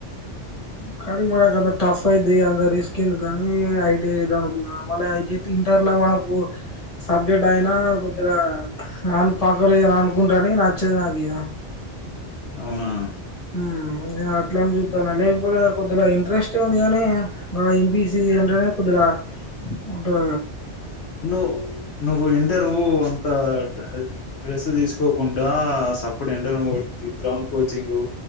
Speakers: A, on the left (about 30°); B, on the left (about 70°).
A: కానీ మనకు అంత టఫ్ అయిది అంత రిస్క్ ఏంది కానీ ఐటి ఐ అనుకుంటున్నా మళ్ళ అ ఇంటర్ లో మనకు సబ్జెక్ట్ అయినా కొద్దిగా పక్కలేదుని అనుకుంటాని నచ్చేది నాకు ఇక
B: అవునా
A: హ అట్లా అని చూద్దాను లేకపోతే కొద్దిగా ఇంట్రెస్ట్ే ఉంది కాగాని బీసి అంటే కొద్దిల అదా
B: నువు నువ్వు ఇంటరువ టడ్రెస్ తీసుకోకుండా సప్పుడు ఎండన గ్రౌండ్ కోచింగ్